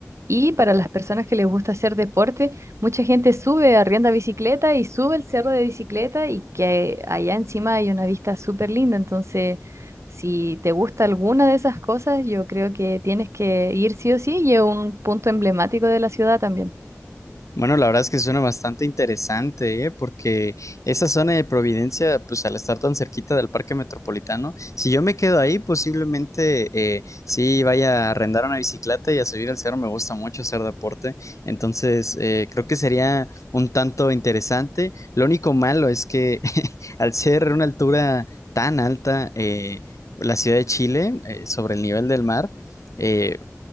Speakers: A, on the right (about 65°); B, on the left (about 85°).
A: Y para las personas que les gusta hacer deporte, mucha gente sube, arrienda bicicleta y sube el cerro de bicicleta y que allá encima hay una vista súper linda. Entonces, si te gusta alguna de esas cosas, yo creo que tienes que ir sí o sí y es un punto emblemático de la ciudad también.
B: Bueno, la verdad es que suena bastante interesante, ¿eh? Porque esa zona de Providencia, pues al estar tan cerquita del Parque Metropolitano, si yo me quedo ahí, posiblemente eh, sí vaya a arrendar una bicicleta y a subir al cerro. Me gusta mucho hacer deporte, entonces eh, creo que sería un tanto interesante. Lo único malo es que <laughs> al ser una altura tan alta, eh, la ciudad de Chile, eh, sobre el nivel del mar, eh,